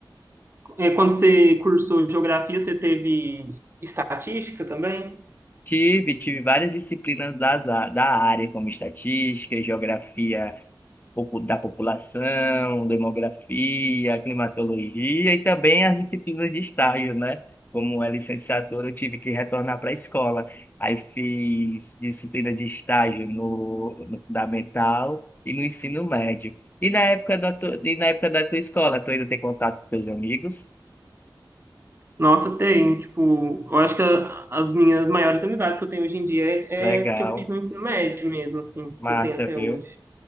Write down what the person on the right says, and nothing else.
É, Quando você cursou geografia, você teve estatística também?
Nossa, tem, tipo, eu acho que a- as minhas maiores amizades que eu tenho hoje em dia é,
é que eu fiz no ensino médio mesmo, assim,
que eu tenho até
hoje.